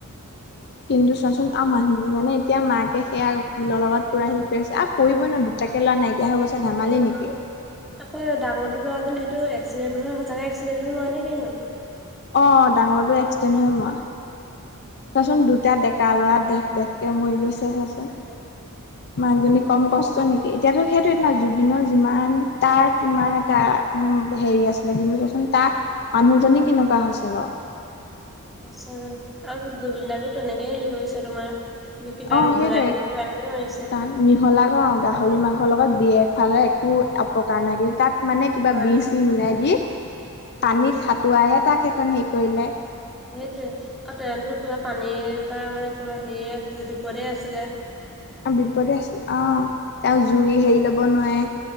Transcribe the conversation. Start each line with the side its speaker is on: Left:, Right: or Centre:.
Left: কিন্তু চোৱাচোন আঔ মানুহ মানে এতিয়া মাকে সেয়া বিলৰ লগত পুৰা শিকাইছে আৰু পৰিবই ন দুটাকে লৰা নাইকিয়া হৈ গৈছে।
Centre: পৰিব
Left: ধেমালি
Centre: অ
Left: নেকি
Centre: আকৌ ডাঙৰটো ল'ৰা যেন সেইটো এক্সিডেণ্ট হয় সচাকৈ এক্সিডেণ্ট হৈ মৰা নাই কিন্তু
Left: অ, ডাঙৰটোৰ এক্সিডেণ্ট হয় মৰা। চোৱাচোন দুটা ডেকা ল'ৰা দেখ দেখকে মৰি গৈছে
Centre: সঁচাকে
Left: চাচোন। মাকজনী কম কষ্ট নেকি এতিয়াতো সেইটো ন জুবিনৰ যিমান তাৰ কিমান এটা উম, হেৰি আছিলে কিন্তু চোৱাচোন তাৰ মানুহজনী কেনেকুৱা হৈছে বাৰু।
Centre: আছে আৰু জুবিন দাকো তেনেকে হেৰি কৰিছে তোমাৰ কিবা
Left: অ
Centre: মিহলাই
Left: সেইটোৱে
Centre: পি খোৱাই পিনি মাৰিছে।
Left: কাৰণ মিহলা ন গাহৰি মাংসৰ লগত বিয়েৰ খোৱালে। একোপকাৰ নাই কিন্তু তাত মানে কিবা
Centre: নাই
Left: বিহ চি মিলাই দি
Centre: উম
Left: পানী তোৱাহে তাক এখন হেৰি কৰিলে।
Centre: সেইটোৱে আৰু টনতো কিবা পানীৰ পৰা মানে কিবা হেৰিয়ে আছে বিপদে আছে যে।
Left: বিপদে আছিলে অ, তেও জুই হেৰি লব নোৱাৰে।